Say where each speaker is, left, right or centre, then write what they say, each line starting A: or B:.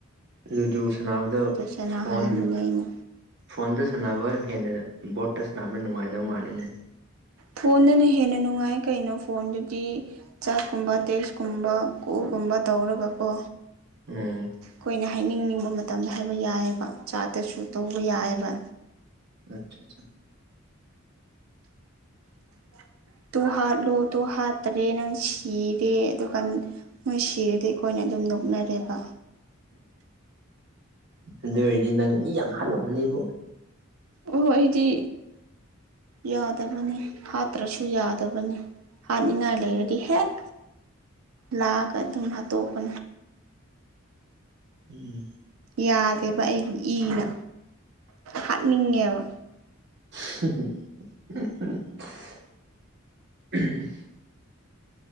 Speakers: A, on the right; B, on the right.
A: ꯂꯨꯗꯨ ꯁꯥꯟꯅꯕꯗꯣ
B: ꯁꯥꯟꯅꯍꯟꯕꯅꯦ
A: ꯐꯣꯟ
B: ꯑꯩꯅ
A: ꯐꯣꯟꯗ ꯁꯥꯟꯅꯕꯅ ꯍꯦꯟꯅ ꯕꯣꯔꯇ ꯁꯥꯟꯅꯕꯅ ꯅꯨꯡꯉꯥꯏꯗꯕ ꯃꯥꯜꯂꯦꯅꯦ
B: ꯐꯣꯟꯗꯅ ꯍꯦꯟꯅ ꯅꯨꯡꯉꯥꯏ ꯀꯩꯅꯣ ꯐꯣꯟꯗꯗꯤ ꯆꯥꯛꯀꯨꯝꯕ ꯇꯦꯛꯁꯀꯨꯝꯕ ꯀꯣꯜꯒꯨꯝꯕ ꯇꯧꯔꯒꯀꯣ
A: ꯑꯣ
B: ꯈꯣꯏꯅ ꯍꯥꯏꯅꯤꯡꯅꯤꯡꯕ ꯃꯇꯝꯗ ꯍꯥꯏꯕ ꯌꯥꯏꯌꯦꯕ ꯆꯥꯠꯇꯁꯨ ꯇꯧꯕ ꯌꯥꯏꯌꯦꯕ
A: ꯑꯆꯥ ꯆꯥ
B: <inaudible> ꯇꯣ ꯍꯥꯠꯂꯣ ꯇꯣ ꯍꯥꯠꯇꯔꯦ ꯅꯪ ꯁꯤꯔꯦ ꯑꯗꯨꯒ ꯃꯣꯏ ꯁꯤꯔꯗꯤ ꯑꯩꯈꯣꯏꯅ ꯑꯗꯨꯝ ꯅꯣꯛꯅꯔꯦꯕ
A: ꯑꯗꯨ ꯑꯣꯏꯔꯗꯤ ꯅꯪ ꯃꯤ ꯌꯥꯝ ꯍꯥꯜꯂꯝꯃꯅꯦꯕꯨ
B: ꯑꯣ ꯑꯩꯗꯤ ꯌꯥꯗꯕꯅꯦ ꯍꯥꯠꯇ꯭ꯔꯁꯨ ꯌꯥꯗꯕꯅꯦ ꯍꯥꯠꯅꯤꯡꯉꯥꯏ ꯂꯩꯔꯗꯤ ꯍꯦꯛ ꯂꯥꯛꯑꯒ ꯑꯗꯨꯝ ꯍꯥꯠꯇꯣꯛꯄ
A: ꯎꯝ
B: ꯌꯥꯗꯦꯕ ꯑꯩꯒꯤ ꯏꯅ ꯍꯥꯠꯅꯤꯡꯉꯦꯕ
A: <unintelligible>